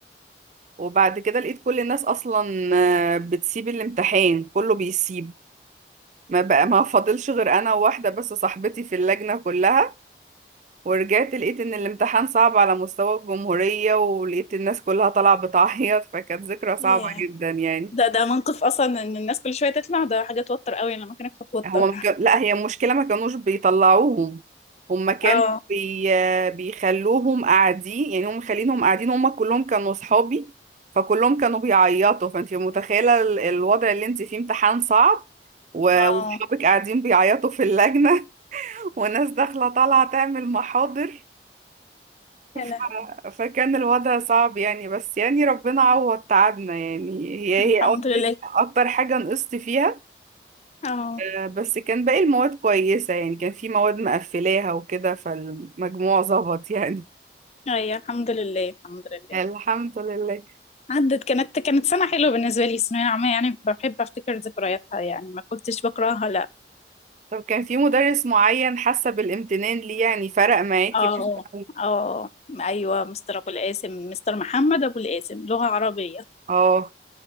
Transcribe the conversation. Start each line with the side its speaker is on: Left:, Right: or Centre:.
Right: وبعد كده لقيت كل الناس اصلا آه، بتسيب الامتحان كله بيسيب ما بقى ما فاضلش غير انا وواحده بس صاحبتي في اللجنه كلها ورجعت لقيت ان الامتحان صعب على مستوى الجمهوريه ولقيت الناس كلها طالعه بتعيط فكانت ذكرى صعبه
Left: ياه
Right: جدا يعني
Left: ده ده موقف أصلا إن الناس كل شوية تطلع ده حاجة توتر قوي أنا لما كانت بتوتر
Right: هما ما كان... لا هي المشكله ما كانوش بيطلعوهم هما كانوا
Left: اه
Right: بي... بيخلوهم قاعدين يعني هم خلينهم قاعدين هما كلهم كانوا صحابي فكلهم كانوا بيعيطوا فانت متخيله ال- الوضع اللي انت فيه امتحان صعب و-
Left: اه
Right: وصحابك قاعدين بيعيطوا في اللجنه وناس داخلة طالعة تعمل محاضر ف...
Left: يا لهوي
Right: فكان الوضع صعب يعني بس يعني ربنا عوض تعبنا يعني هي
Left: الحمد
Right: هي أكتر
Left: لله
Right: أكتر حاجة نقصت فيها
Left: اه
Right: آه، بس كان باقي المواد كويسة يعني كان في مواد مقفلاها وكده فالمجموع ظبط يعني
Left: ايوه الحمد لله الحمد لله
Right: <laughs> الحمد لله
Left: عدت كانت كانت سنة حلوة بالنسبة لي الثانوية العامة يعني بحب افتكر ذكرياتها يعني ما كنتش بكرهها لا
Right: طب كان في مدرس معين حاسة بالامتنان ليه يعني فرق معاكي
Left: اه
Right: مثلا
Left: اه ايوه مستر ابو القاسم مستر محمد ابو القاسم لغة عربية
Right: اه